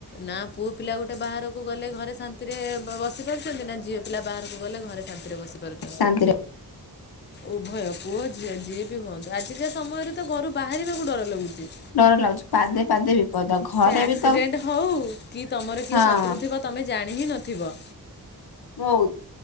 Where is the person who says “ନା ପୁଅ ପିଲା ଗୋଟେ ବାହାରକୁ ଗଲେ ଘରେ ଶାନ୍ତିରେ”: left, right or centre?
Left